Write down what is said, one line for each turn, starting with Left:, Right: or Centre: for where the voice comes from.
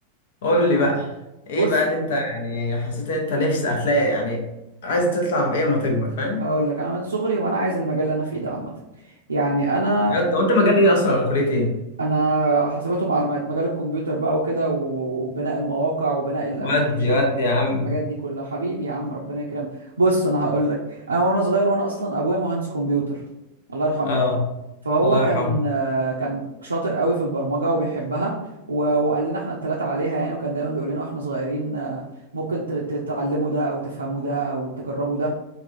Left: قول لي بقى ايه
Right: بص
Left: بقى اللي انت يعني حسيت ان انت نفسك هتلاقي يعني عايز تطلع بايه اما تكبر فاهم
Right: هقول لك انا من صغري وانا عايز المجال اللي انا فيه ده عامه يعني انا
Left: بجد هو انت مجال ايه اصلا ولا كليه ايه
Right: انا حاسبات ومعلومات مجال الكمبيوتر بقى وكده وبناء المواقع وبناء الابليكيشن
Left: ودي ودي يا عم
Right: الحاجات دي كلها حبيبي يا عم ربنا يكرمك بص انا هقول لك انا وانا صغير وانا اصلا ابويا مهندس كمبيوتر الله يرحمه
Left: اه
Right: يعني فهو
Left: الله
Right: كان
Left: يرحمه
Right: آه، كان شاطر قوي في البرمجه وبيحبها و- وقال لنا احنا الثلاثه عليها يعني وكان دايما بيقول لنا واحنا صغيرين آه، ممكن ت- تتعلموا ده او تفهموا ده او تجربوا ده